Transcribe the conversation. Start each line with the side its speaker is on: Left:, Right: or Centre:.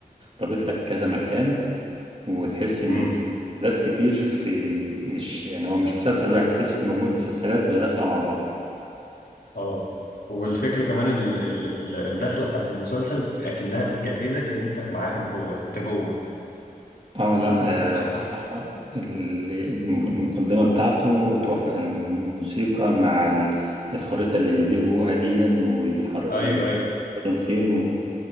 Right: رابط لك كذا مكان وتحس ان
Left: امم
Right: في ناس كتير في مش يعني هو مش مسلسل واحد تحس ان مجموعه مسلسلات متداخله مع بعض
Left: اه والفكرة كمان ال ال ال الدخلة بتاعت المسلسل أكنها بتجهزك إن أنت معاهم جوه أنت جوه
Right: اه لا
Left: يعني أنت حر
Right: آه، بصراحه ال- الم- المقدمه بتاعته تحفه الموسيقى مع ال- الخريطه اللي بيجيبوها دي ويحرك
Left: أيوه
Right: ويستخدم
Left: أيوه
Right: فين